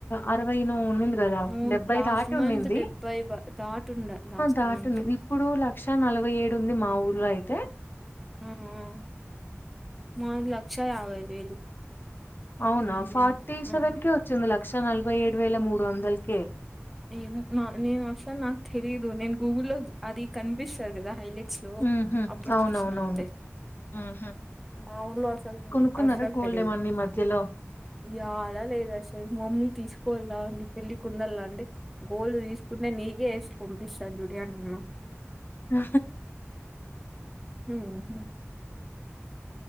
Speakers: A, on the left; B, in the centre.
A: అరవైనో ఉనింది కదా
B: అవును
A: డెబ్బై
B: లాస్ట్
A: దాటి
B: మంత్
A: ఉనింది
B: డెబ్బై వ- దాటుండ లాస్ట్
A: దాటి
B: మంత్
A: ఇప్పుడు లక్ష నలభై ఏడు ఉంది మా ఊర్లో అయి తే
B: హ్మ్ హ్మ్ మాది లక్ష యవై వేలు
A: అవునా
B: మ్మ్
A: ఫార్టీ
B: అవును
A: సెవెన్ కి వచ్చిందిలా లక్ష నలభై ఏడు వేల మూడు వందలకే
B: ఏ నా నేను అసలు నాకు తెలియదు నేను గూగుల్లో అది కనిపిస్తది కదా హైలైట్ సో
A: హుహు.
B: అప్పుడు
A: అవునవునవును.
B: చూసిన అంతే
A: హుహు.
B: మా ఊళ్లో అసలు
A: కొనుక్కున్నారా
B: అసలు
A: గోల్డ్
B: తెలియదు
A: ఏమన్నా ఈ మధ్యలో?
B: యాడ లేదు అసలు మమ్మీ తీసుకోలా ని పెళ్ళి కు ఉండళ్లా అండి గోల్డ్ తీసుకుంటే నీకే ఎసి పంపిస్తాను దుడియా అన్ను
A: ఆ
B: హ్మ్